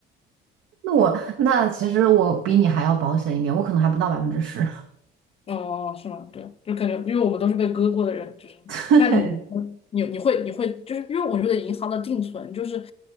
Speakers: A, on the right; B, on the left.
A: 那我那其实我比你还要保险一点，我可能还不到百分之十。
B: 哦，哦是吗？对，就感觉，因为我们都是被割过的人，就是，
A: <laughs>
B: 那你
A: 对
B: 你你会你会，就是因为我觉得银行的定存就是